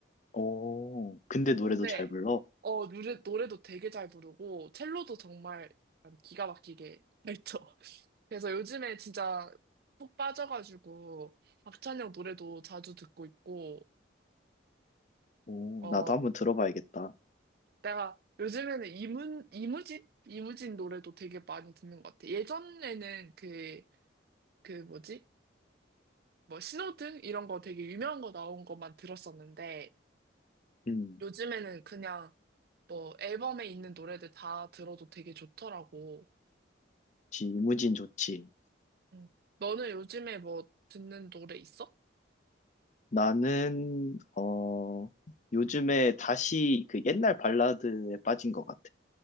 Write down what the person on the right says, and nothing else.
근데,
어, 노래, 노래도 되게 잘 부르고, 첼로도 정말 약간 기가 막히게 잘 쳐. <laughs> 그래서 요즘에 진짜 푹 빠져가지고, 박찬영 노래도 자주 듣고 있고,
어,
내가 요즘에는 이문, 이무진? 이무진 노래도 되게 많이 듣는 것 같아. 예전에는 그, 그 뭐지? 뭐 신호등? 이런 거 되게 유명한 거 나온 것만 들었었는데
요즘에는 그냥 뭐 앨범에 있는 노래들 다 들어도 되게 좋더라고.
응. 너는 요즘에 뭐 듣는 노래 있어?